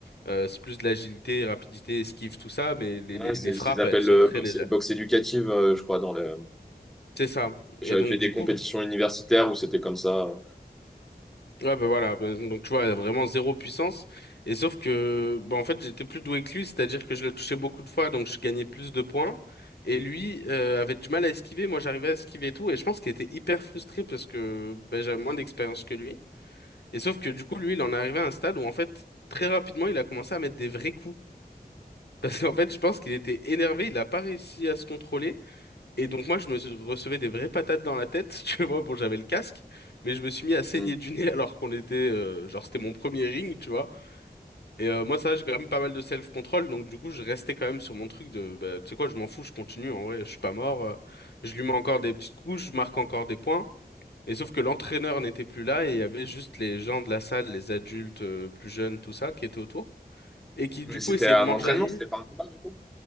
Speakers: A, on the left (about 80°); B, in the centre.
A: Euh, c'est plus de l'agilité, rapidité, esquive, tout ça, mais les,
B: Ouais,
A: les,
B: c'est
A: les frappes,
B: ce qu'ils appellent
A: elles sont
B: le
A: très
B: boxe,
A: légères.
B: boxe éducative, euh, je crois, dans le...
A: C'est ça. Et
B: J'avais
A: donc
B: fait des
A: du coup,
B: compétitions universitaires où c'était comme ça. euh.
A: ouais bah voilà. Bah, Donc tu vois, vraiment zéro puissance. Et sauf que, bah en fait, j'étais plus doué que lui, c'est-à-dire que je le touchais beaucoup de fois, donc je gagnais plus de points. Et lui euh, avait du mal à esquiver, moi j'arrivais à esquiver et tout, et je pense qu'il était hyper frustré parce que bah, j'avais moins d'expérience que lui. Et sauf que du coup, lui, il en est arrivé à un stade où en fait, très rapidement, il a commencé à mettre des vrais coups. <laughs> Parce qu'en fait, je pense qu'il était énervé, il n'a pas réussi à se contrôler. Et donc moi, je me suis- recevais des vraies patates dans la tête. <laughs> Tu vois, bon, j'avais le casque, mais je me suis mis à saigner
B: Mm.
A: du nez <laughs> alors qu'on était, euh, genre, c'était mon premier ring, tu vois. Et euh, moi, ça, j'ai quand même pas mal de self-control. Donc du coup, je restais quand même sur mon truc de, bah, tu sais quoi, je m'en fous, je continue. En vrai, je suis pas mort. euh, je lui mets encore des petites couches, je marque encore des points. Et sauf que l'entraîneur n'était plus là et il y avait juste les gens de la salle, les adultes euh, plus jeunes, tout ça, qui étaient autour et qui
B: Mais
A: du coup
B: c'était
A: essayaient
B: un
A: de m'enjailler.
B: entraînement, c'était pas un combat du coup.